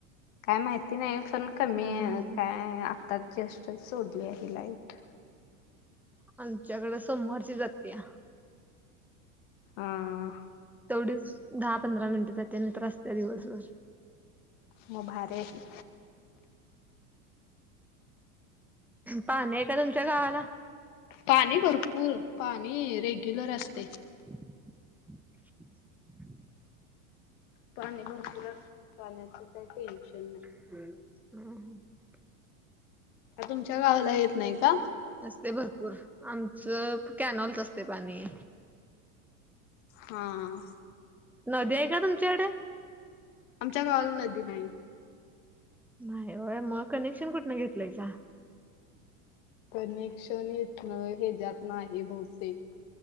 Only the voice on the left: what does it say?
काय माहिती नाही पण कमी
काय अ आता, जस्टचं सोडली आहे लाईट.
हां
मग भारी हाय की.
पाणी भरपूर पाणी रेग्युलर असतेय.
पाणी भरपूर असतं पाण्याचं काही टेन्शन नाही.
का तुमच्या गावाला येत नाही का?
हां.
आमच्या गावाला नदी नाही.
कनेक्शन येत नाय हे जात नाय हे बहुतेक